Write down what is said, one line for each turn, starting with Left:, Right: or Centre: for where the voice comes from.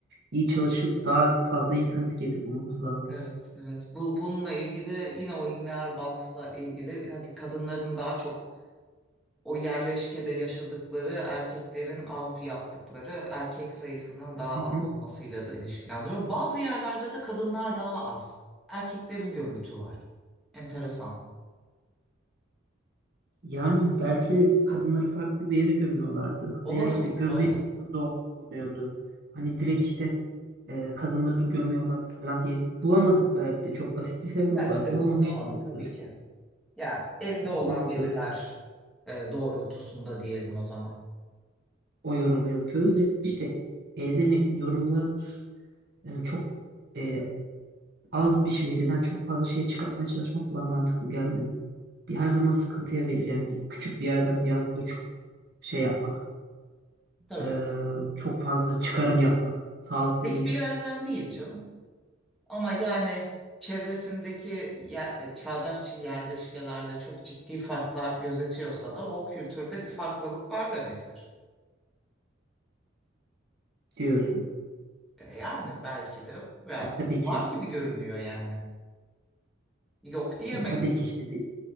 Right: iyi çalışıp daha fazla insan iskeleti bulmamız lazım.
Centre: Evet, evet. Bu bununla ilgili yine o lineer bantla ilgili hani kadınların daha çok o yerleşkede yaşadıkları erkeklerin av yaptıkları erkek sayısının daha
Right: Hı
Centre: az
Right: hı.
Centre: olmasıyla da ilişkilendiriyor. Bazı yerlerde de kadınlar daha az. Erkeklerin gömütü var. Enteresan.
Right: Yani belki kadınları farklı bir yere gömüyorlardı.
Centre: Olabilir
Right: Veya işte gömme
Centre: aynen.
Right: fırsatı olmuyordu. Hani direkt işte e, kadınları gömüyorlardı falan diye. Bulamadık belki de. Çok basit bir sebep
Centre: Belki
Right: var.
Centre: de
Right: Bulamamış
Centre: bulunamadı
Right: da olabiliriz.
Centre: tabii ki. Ya elde
Right: Yani
Centre: olan
Right: bulamadığımız
Centre: veriler e, doğrultusunda diyelim o zaman.
Right: o yorumu yapıyoruz. İşte elde ne yorumlar yani çok e, az bir veriden çok fazla şey çıkartmaya çalışmak bana mantıklı gelmiyor. Bir her zaman sıkıntıya verir. Yani bir, küçük bir yerden bir anda çok şey yapmak.
Centre: Tabii.
Right: Ee, çok fazla çıkarım yapmak sağlıklı
Centre: Pek
Right: değil
Centre: bir yerden değil canım. Ama yani çevresindeki ye- çağdaş yerleşkelerle çok ciddi farklar gözetiyorsa da o kültürde bir farklılık var demektir.
Right: diyorsun.
Centre: E yani belki de var,
Right: E tabii ki
Centre: var gibi görünüyor yani. Yok diyemeyiz.
Right: e tabii ki işte bir,